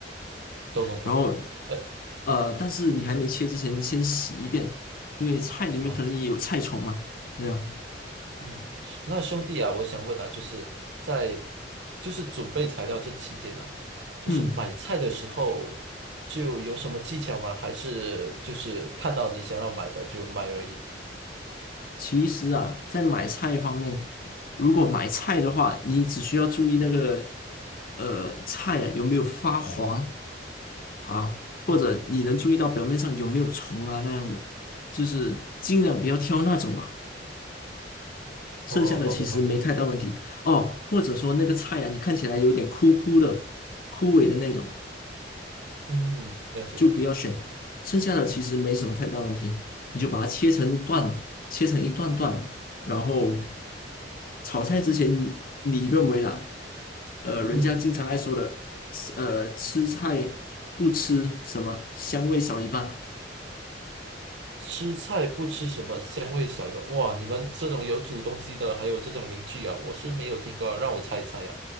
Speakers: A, on the right; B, on the left.
A: 懂懂懂。
B: 然后
A: 呃
B: 呃，但是你还没切之前，先洗一遍，因为菜里面可能也有菜虫嘛。
A: 啊，
B: 这样，
A: 嗯，那兄弟啊，我想问啊，就是在就是准备材料这期间呢、啊，就是买菜的时候就有什么技巧吗？
B: 嗯，
A: 还是就是看到你想要买的就买而已？
B: 其实啊，在买菜方面，如果买菜的话，你只需要注意那个呃菜啊有没有发黄啊，或者你能注意到表面上有没有虫啊那样的，
A: 哦
B: 就是尽量不要挑那种吧。剩下的其实没太大问题哦，
A: 哦，好的好的。
B: 或者说那个菜啊，你看起来有点枯枯的、枯萎的那种。
A: 嗯，了解了解。
B: 就不要选，剩下的其实没什么太大问题，你就把它切成段，切成一段段，然后炒菜之前，你认为啦，呃，人家经常爱说的，
A: 嗯，
B: 呃，吃菜不吃什么香味少一半，
A: 吃菜不吃什么，香味少一半。哇，你们这种有煮东西的，还有这种名句啊，我是没有听过啊让我猜一猜呀、